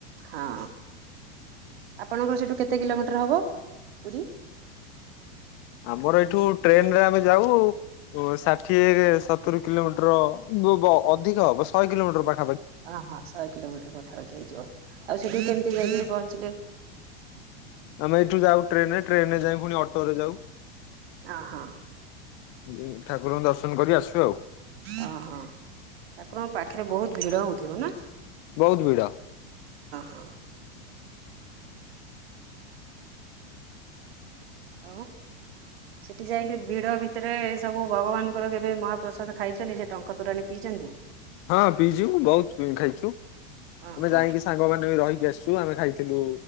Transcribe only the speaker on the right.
ହଁ। ଆପଣଙ୍କର ସେଇଠୁ କେତେ କିଲୋମିଟର ହେବ ପୁରୀ?
ଓହଁ ଶହେ କିଲୋମିଟର ପାଖା ପାଖି ହେଇଯିବ ଆଉ ସେଠି କେମିତି ଯାଇ <unintelligible>
ହଁ ହଁ।
ଓ ହଁ ଠାକୁରଙ୍କ ପାଖରେ ବହୁତ ଭିଡ ହଉଥିବ ନା?
ହଁ। ଆଉ। ସେଠି ଯାଇକି ଭିଡ ଭିତରେ ଏ ସବୁ ଭଗବାନଙ୍କର କେବେ ମହାପ୍ରସାଦ ଖାଇଚନ୍ତି ସେଠ ଟଙ୍କା ତୋରାଣି ପିଇଚନ୍ତି?
ଓହୋ